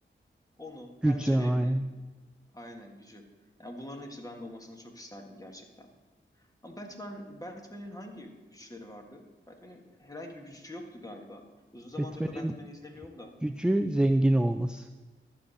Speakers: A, on the left; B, in the centre.
A: Onu,
B: Gücü
A: pençelerini,
B: aynen.
A: aynen gücü. Yani bunların hepsi bende olmasını çok isterdim gerçekten. Ama Batman, Batman'in hangi güçleri vardı? Batman'in herhangi bir gücü yoktu galiba. Uzun zamandır
B: Batman'in
A: da Batman'i izlemiyorum da
B: gücü zengin olması.